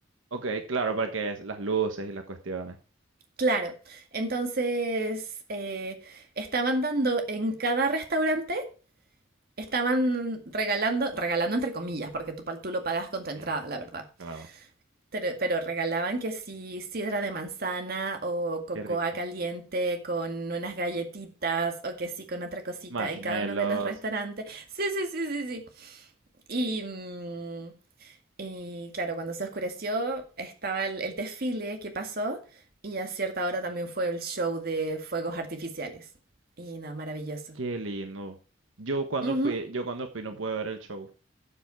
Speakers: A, on the right (about 75°); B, on the right (about 50°).
A: Ok, claro, porque es las luces y las cuestiones.
B: Claro. Entonces, eh, estaban dando en cada restaurante, estaban regalando, regalando entre comillas, porque tú, tú lo pagas con tu entrada,
A: Mm,
B: la verdad.
A: claro,
B: Pero, pero regalaban que sí sidra de manzana o cocoa
A: qué rico.
B: caliente con unas galletitas o que sí con otra cosita
A: Marshmallows,
B: en cada uno de los restaurantes. Sí, sí, sí, sí, sí. Y, mm, Y claro, cuando se oscureció estaba el, el desfile que pasó y a cierta hora también fue el show de fuegos artificiales. Y no, maravilloso.
A: qué lindo. Yo cuando
B: Ujú.
A: fui, yo cuando fui no pude ver el show.